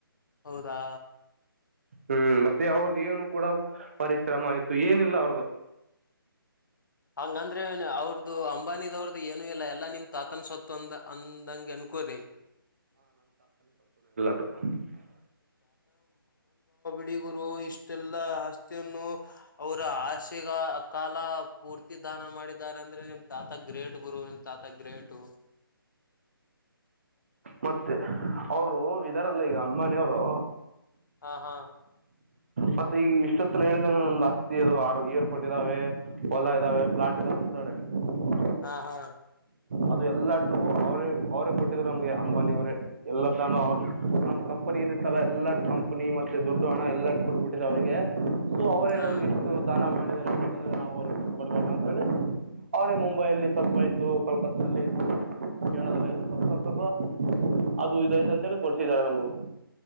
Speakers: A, on the left; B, on the right.
A: ಹೌದಾ
B: ಹ್ಮ್ ಮತ್ತೆ ಅವ್ರ್ದ ಏನು ಕೂಡ ಪರಿಶ್ರಮ ಆಯ್ತು ಏನಿಲ್ಲ ಅವ್ರದುು
A: ಹಂಗಂದ್ರೆ ಅವ್ರದ್ದು ಅಂಬಾನಿಿದವ್ರದು ಏನುೂ ಇಲ್ಲ ಎಲ್ಲಾ ನಿಮ್ ತಾತನ್ ಸೊತ್ ಅಂದ ಜ್ಞಾನ ಕ
B: ಹ
A: ಅಡಿಗುರು ಇಷ್ಟೆಲ್ಲಾ ಆಸ್ತಿಯನ್ನು ಅವರು ಆಸೆಗ ಕಾಲ ಪೂರ್ತಿ ದಾನ ಮಾಡಿದ್ದಾರೆ ಅಂದ್ರೆ ನಿಮ ತಾತ ಗ್ರೇಟ್ ಗುರು ನಿಮ್ ತಾತ ಗ್ರೇಟ್
B: ಮತ್ತೆ ಅವರು ಇದಾರಲ್ಲ ಈಗ ಅಂಬಾನಿಯವರು
A: ಹಾ ಹಾ
B: ಮತ್ತೆ ಈಗ ಇಷ್ಟೊತ್ತನ ಹೇಳಿದನಲ ಆಸ್ತಿರೊದು <inaudible> ಆರು ಏರ್ಪೋರ್ಟ್ ಇದ್ದಾವೆ ಓಲಾ ಇದಾವೆ ಪ್ಲಾಟ್ ಂತಳೆ <inaudible>
A: ಹಾ ಹಾ
B: ಅದು ಎಲ್ಲಾದ್ಕುನು ಅವ್ರೇ ಅವ್ರೇ ಕೊಟ್ಟಿದ್ರು ನಮ್ಗೆ ಅಂಬಾನಿವರೇ ಎಲ್ಲ ತಾನು ಅವ್ರ್ ನಮ್ ಕಂಪನಿ ಏನಿತ್ತಲ್ಲ ಎಲ್ಲಾ ಕಂಪ್ನಿ ಮತ್ತೆ ದುಡ್ಡು ಹಣ ಎಲ್ಲಾ ಕೊಟ್ಬಿಟ್ಟಿದೆ ಅವ್ರಗೆ ಸೊ ಅವ್ರೆ
A: ಹಾ
B: ನಮ್ಗೆ ಇಷ್ಟು ದಾನ ಮಾಡಿ ಬೇರೆ ಹೋದ್ರೆ ನಾವು ಅವ್ರುಗ್ ದುಡ್ ಕೊಡ್ಬೇಕಂತೇಳಿ ಅವ್ರೇ ಮುಂಬೈಲ್ಲಿ ಸ್ವಲ್ಪ ಇದ್ದು ಕಲ್ಕತ್ತಲ್ಲಿ ೇಳ <inaudible> ಸ್ವಲ್ಪ ಸ್ವಲ್ಪ ಅದು ಇದಾಯ್ತ ಅಂತ ಕೊಡ್ತಿದ್ದಾರೆ ನಮಗು